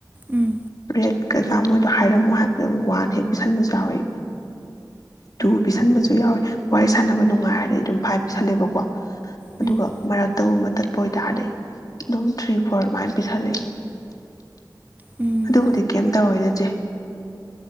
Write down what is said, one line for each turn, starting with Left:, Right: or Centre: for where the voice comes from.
Right: ꯎꯝ
Left: ꯔꯦꯠ ꯀꯩꯀꯥ ꯃꯣꯏꯗꯣ ꯍꯥꯏꯔꯝꯃꯣ ꯍꯥꯏꯕꯗ ꯋꯥꯟ ꯍꯦꯛ ꯄꯤꯁꯟꯕꯁꯨ ꯌꯥꯎꯋꯤ ꯇꯨ ꯄꯤꯁꯟꯕꯁꯨ ꯌꯥꯎꯋꯏ ꯋꯥꯔꯤ ꯁꯥꯟꯅꯕ ꯅꯨꯡꯉꯥꯏꯔꯗꯤ ꯑꯗꯨꯝ ꯐꯥꯏꯚ ꯄꯤꯁꯜꯂꯦꯕꯀꯣ꯫ ꯑꯗꯨꯒ
Right: ꯎꯝ ꯎꯝ
Left: ꯃꯔꯛꯇꯒꯨꯝꯕ ꯇꯠꯄ ꯑꯣꯏꯇꯥꯔꯗꯤ ꯑꯗꯨꯝ ꯊ꯭ꯔꯤ ꯐꯣꯔ ꯑꯗꯨꯃꯥꯏ ꯄꯤꯁꯜꯂꯦ
Right: ꯎꯝ
Left: ꯑꯗꯨꯕꯨꯗꯤ ꯀꯩꯝꯇꯧꯔꯣꯏꯗ ꯆꯦ